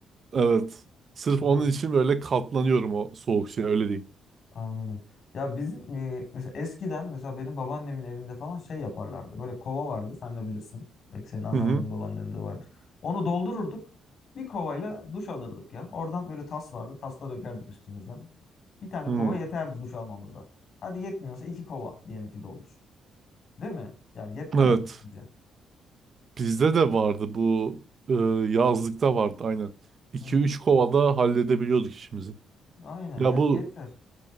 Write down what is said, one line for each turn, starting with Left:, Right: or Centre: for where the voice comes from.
Right: Evet. Sırf
Left: <laughs> Onu
Right: onun için böyle katlanıyorum o soğuk şeye öyle değil.
Left: anladım. Ya bizim e, mesela eskiden mesela benim babaannemin evinde falan şey yaparlardı. Böyle kova vardı. Sen de bilirsin. Belki senin anneannen
Right: Hı hı.
Left: de babaannen de vardır. Onu doldururduk. Bir kovayla duş alırdık ya. Oradan böyle tas vardı. Tasla dökerdik üstümüzden. Bir tane
Right: Hı.
Left: kova yeterdi duş almamıza. Hadi yetmiyorsa iki kova diyelim ki doldur. Değil mi? Yani yetmez
Right: Evet.
Left: mi sence?
Right: Bizde de vardı bu e, yazlıkta vardı aynen. 2-3
Left: Hı hı.
Right: kovada halledebiliyorduk işimizi.
Left: Aynen
Right: Ya
Left: yani
Right: bu
Left: yeter.